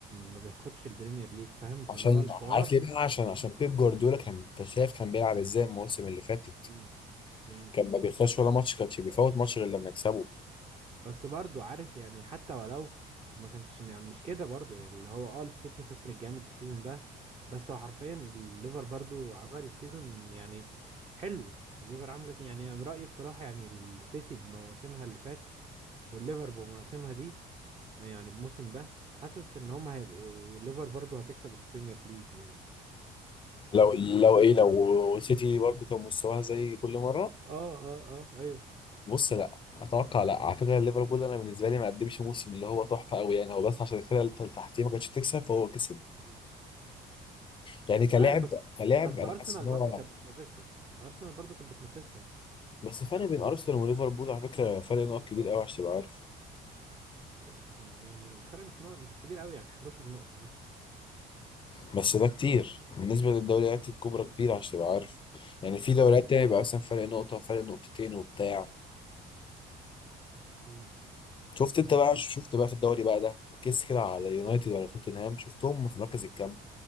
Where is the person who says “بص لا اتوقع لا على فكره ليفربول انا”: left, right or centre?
Left